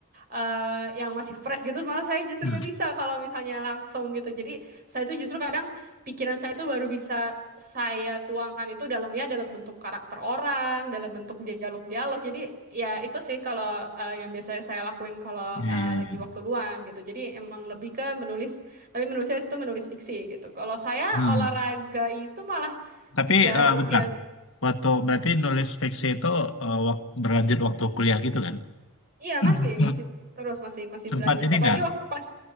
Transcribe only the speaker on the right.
eh, yang masih fresh gitu. Malah saya justru
nggak bisa kalau misalnya langsung gitu. Jadi saya tuh justru kadang pikiran saya tuh baru bisa saya tuangkan itu dalam ya dalam bentuk karakter orang, dalam bentuk dialog-dialog. Jadi ya itu sih kalau eh, yang biasanya saya lakuin kalau
eh,
lagi waktu luang gitu. Jadi emang lebih ke menulis tapi menulisnya itu menulis fiksi gitu. Kalau saya
olahraga itu malah
jarang
sih ya.
Iya
masih, masih terus masih masih
berlanjut.
Apalagi
waktu pas